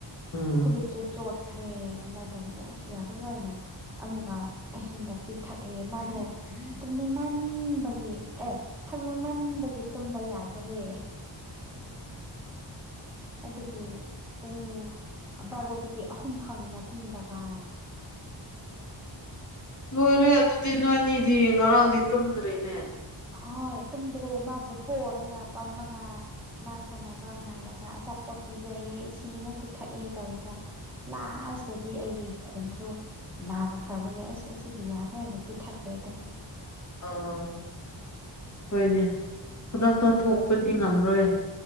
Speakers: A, on the left; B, in the centre.
A: ꯎꯝ
B: ꯐꯨꯔꯤꯠꯁꯨ ꯆꯣꯠ ꯆꯛꯈ꯭ꯔꯦ ꯑꯗꯨꯃꯥꯏꯅ ꯇꯧꯕꯒꯤ ꯑꯁ ꯌꯥꯔꯔꯣꯏꯅ ꯑꯃꯨꯛꯀ ꯑꯍꯤꯡꯗ ꯄꯤꯛꯊꯛꯑꯦ ꯃꯥꯗꯣ ꯇꯨꯝꯅꯤꯡꯃꯟꯕꯒꯤ ꯑꯦ ꯊꯛꯅꯤꯡꯃꯟꯕꯒꯤ ꯇꯨꯝꯕ ꯌꯥꯗ꯭ꯔꯦ ꯑꯗꯨꯒꯤ ꯄꯨꯡ ꯕꯥꯔꯣꯗꯒꯤ ꯑꯍꯨꯝ ꯐꯥꯎꯅꯤ ꯃꯇꯨꯡꯗꯕ
A: ꯂꯣꯏꯔꯦ ꯑꯗꯨꯗꯤ ꯅꯣꯏꯅꯤꯗꯤ ꯉꯔꯥꯡꯗꯤ ꯇꯨꯝꯗ꯭ꯔꯦꯅꯦ
B: ꯍꯣꯏ ꯇꯨꯝꯗ꯭ꯔꯦ ꯃꯥꯕꯨ ꯄꯔꯒ ꯄꯝꯃꯒ ꯃꯥ ꯁꯥꯟꯅꯕ ꯉꯥꯏꯔꯒ ꯑꯆꯥꯄꯣꯠ ꯄꯤꯖꯩꯑꯦ ꯏꯁꯤꯡ ꯑꯃꯨꯛ ꯄꯤꯊꯛꯑꯦ ꯇꯧꯔꯒ ꯂꯥꯁꯇꯗꯤ ꯑꯩꯒꯤ ꯈꯣꯝꯁꯨ ꯅꯥꯔꯛꯈ꯭ꯔꯕꯒꯤꯦ ꯑꯁ ꯑꯁꯤꯗꯤ ꯌꯥꯔꯣꯏꯅ ꯄꯤꯊꯛꯈ꯭ꯔꯦ ꯑꯗꯨꯝ
A: ꯑꯣ ꯍꯣꯏꯅꯦ ꯈꯨꯗꯛꯇ ꯊꯣꯛꯄꯗꯤ ꯉꯝꯔꯣꯏ